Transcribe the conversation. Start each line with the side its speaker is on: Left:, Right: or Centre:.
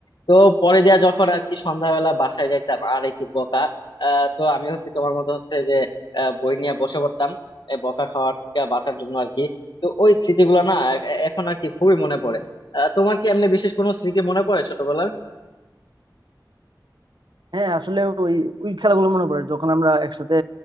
Left: তো পরে দিয়া যখন আর কি সন্ধ্যাবেলা বাসায় যাইতাম আর কি বোকা আহ তো আমি হচ্ছে তোমার মতো হচ্ছে যে আহ, বই নিয়ে বসে পড়তাম এ বকা খাওয়ার থেকে বাঁচার জন্য আর কি তো ওই স্মৃতিগুলো না এ- এখন আর কি খুবই মনে পড়ে আহ, তোমার কি এমনি বিশেষ কোনো স্মৃতি মনে পড়ে ছোটবেলার
Right: হ্যাঁ আসলে ওই ওই খেলাগুলো মনে পড়ে যখন আমরা একসাথে